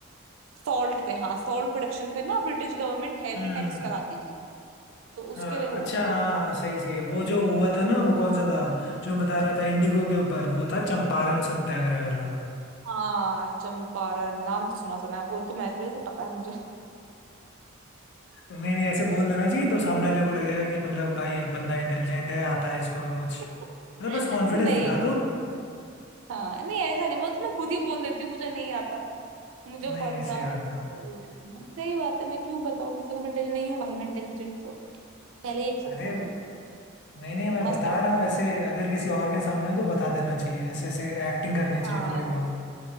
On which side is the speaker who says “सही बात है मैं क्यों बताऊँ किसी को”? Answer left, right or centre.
Right